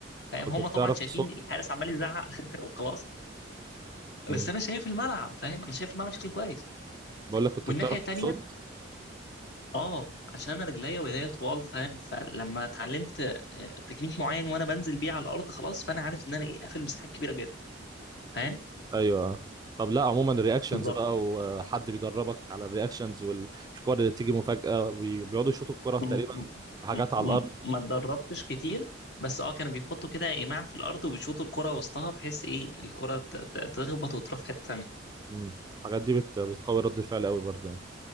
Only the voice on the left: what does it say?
فاهم
هم
طبعا شايفين
الحارس عمال يزعق <laughs> وخلاص
بس انا شايف الملعب فاهم انا شايف الملعب بشكل كويس
والناحيه
التانيه
اه عشان انا رجليا وايديا طوال فاهم فلما اتعلمت آه، تكنيك معين وانا بنزل بيه على الارض خلاص فانا عارف ان انا ايه قافل مساحات كبيره جدا فاهم
بالظبط.
م- م-
م-
ما اتدربتش كتير بس اه كانوا بيحطوا كده ايماع في الارض وبيشوطوا الكرة وسطها بحيث ايه الكرة ت- ت- تخبط وتروح في حتة تانية